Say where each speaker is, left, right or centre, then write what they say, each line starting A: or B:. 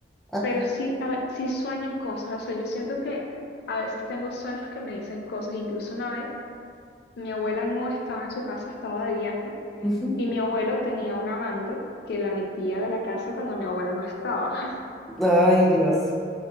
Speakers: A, in the centre; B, on the left (about 65°).
A: ajá,
B: Pero sí, a ve- sí sueño cosas, o sea, yo siento que a veces tengo sueños que me dicen cosas, incluso una vez mi abuela no estaba en su casa, estaba de viaje.
A: ujú.
B: Y mi abuelo tenía un amante que la metía de la casa cuando mi abuela no estaba. <laughs>
A: Ay, Dios.